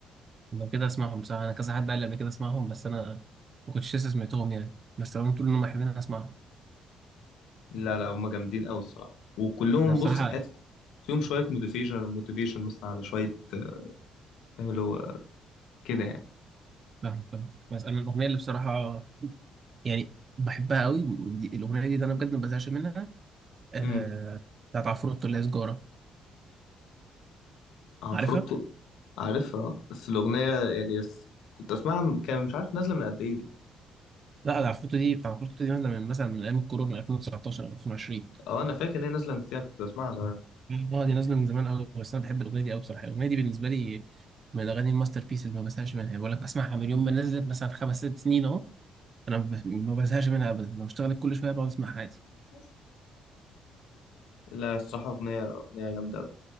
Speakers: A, on the right (about 35°); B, on the left (about 85°).
A: لو كده اسمعهم بصراحه انا كذا حد قال لي قبل كده اسمعهم بس انا ما كنتش لسه سمعتهم يعني بس هم طول انهم حلوين أنا اسمعهم
B: لا لا هما جامدين أوي الصراحة وكلهم
A: انا بصراحه
B: بص تحس فيهم شوية موتيفيشن موتيفيشن مثلا على شوية آه، فاهم اللي هو كده يعني
A: فاهم فاهم بس انا الاغنيه اللي بصراحه يعني بحبها قوي دي- الاغنيه دي ده انا بجد ما بزهقش منها آه
B: امم
A: بتاعت عفروتو اللي هي سجارة
B: عفروتو
A: عارفها؟
B: عارفها بس الأغنية يعني بس كنت أسمعها من- كان مش عارف نازلة من قد إيه دي
A: لا ده عفروتو دي بتاعت عفروتو دي نازلة من مثلا من أيام الكورونا من 2019 أو 2020
B: اه انا فاكر ان هي نازله من كتير أنا كنت بسمعها زمان
A: مم. اه دي نازلة من زمان أوي بس أنا بحب الأغنية دي أوي بصراحة الأغنية دي بالنسبة لي من الأغاني الماستر بيس اللي ما بزهقش منها يعني بقول لك بسمعها من
B: مم.
A: يوم ما نزلت مثلا خمس ست سنين أهو أنا ب- ما بزهقش منها أبدا لو اشتغلت كل شوية بقعد أسمعها عادي
B: بس لا الصراحة أغنية أغنية جامدة أوي.